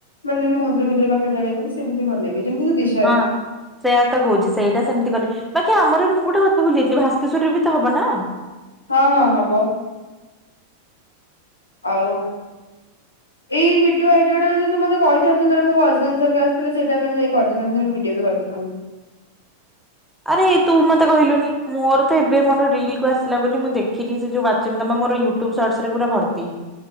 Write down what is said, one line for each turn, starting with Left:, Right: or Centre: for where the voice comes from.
Left: ମାନେ ଯେମିତି ମନ୍ଦର ଫନ୍ଦିର ପାଖ ଜାଗାକୁ ସେମିତି ଭଲ ଲାଗିବ। ଯେମତି ତୁ ଦିଶ୍
Centre: ହଁ ସେୟା ତ କହୁଚି। ସେଇଟା ସେମିତି କଲେ ବାକି ଆମର ବି ମୁଁ ଗୋଟେ ଗୋଟେ ଭୁଲି ଯାଇଥିଲି ଭାସ୍କେଶ୍ୱରରେ ବି ତ ହବ ନା?
Left: ହଁ ହଁ ହବ। ଆଉ ଏଇ ଭିଡିଓ ଆଇଡିଟା ଯଦି ତୁ ମତେ କହିଥାନ୍ତୁ ସେତେବେଳେ ମୋ କଜନସ୍ ହେରିକା ଆସିଥିଲେ ସେଇା ଟାଇମ ରେ ଆମେ ଯାଇ କରିଦେଇଥାନ୍ତେ ସେମାନେ ଭିଡିଓ ବି କରିଦେଇଥାନ୍ତେ।
Centre: ଆରେ ତୁ ମତେ କହିଲୁନି ମୋର ତ ଏବେ ମୋର ରିଲ କୁ ଆସିଲା ବୋଲି ମୁଁ ଦେଖିଲି ସେ ଯୋଉ ବାଚିନ୍ଦମା ମୋର ୟୁ ଟୁବ୍ ସ୍ସର୍ଟ ରେ ପୁରା ଭର୍ତ୍ତି